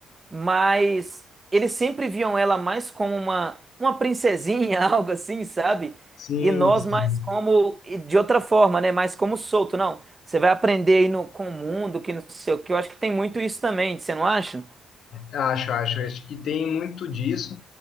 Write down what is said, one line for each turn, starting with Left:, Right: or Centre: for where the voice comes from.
Right: mas eles sempre viam ela mais como uma, uma princesinha, <laughs> algo assim, sabe?
Left: Sim,
Right: E nós
Left: sim.
Right: mais como, e de outra forma, né? Mais como solto, não. Você vai aprender aí no, com o mundo, que não sei o que. Eu acho que tem muito isso também, você não acha?
Left: Acho, acho. Acho que tem muito disso,